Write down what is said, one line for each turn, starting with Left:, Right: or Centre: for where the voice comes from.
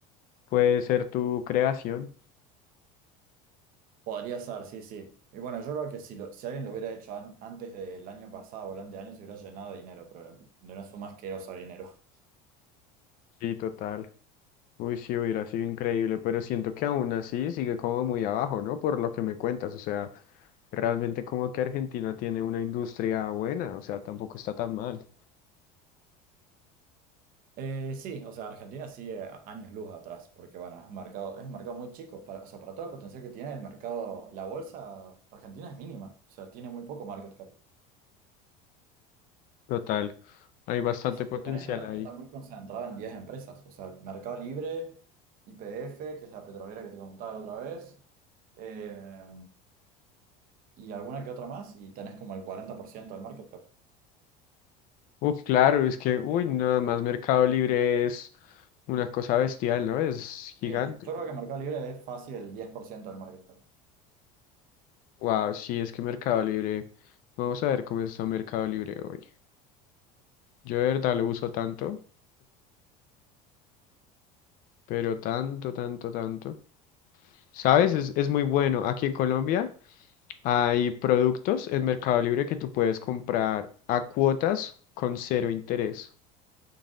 Left: Puede ser tu creación.
Right: Podría ser, sí, sí. Y bueno, yo creo que si, lo- si alguien lo hubiera hecho an- antes del año pasado o el anteaño, se hubiera llenado de dinero, pero de una suma asquerosa de dinero.
Left: Sí, total. Uy, sí, hubiera sido increíble, pero siento que aún así sigue como muy abajo, ¿no? Por lo que me cuentas, o sea, realmente como que Argentina tiene una industria buena, o sea, tampoco está tan mal.
Right: Eh, sí, o sea, Argentina sigue a- años luz atrás, porque bueno, es un mercado, es un mercado muy chico, para, o sea, para todo el potencial que tiene el mercado, la bolsa argentina es mínima, o sea, tiene muy poco market cap.
Left: Total, hay bastante
Right: Y si te
Left: potencial
Right: pones a ver,
Left: ahí.
Right: está muy concentrada en 10 empresas, o sea, Mercado Libre, YPF, que es la petrolera que te contaba la otra vez, eh, y alguna que otra más, y tenés como el 40% del market cap.
Left: Uf, claro, es que, uy, nada más Mercado Libre es una cosa bestial, ¿no? Es gigante.
Right: Sí, yo creo que Mercado Libre es fácil el diez por ciento del market cap.
Left: Wow, sí, es que Mercado Libre, vamos a ver cómo está Mercado Libre hoy. Yo de verdad lo uso tanto. pero tanto, tanto, tanto. ¿Sabes? Es, es muy bueno. Aquí en Colombia hay productos en Mercado Libre que tú puedes comprar a cuotas con cero interés.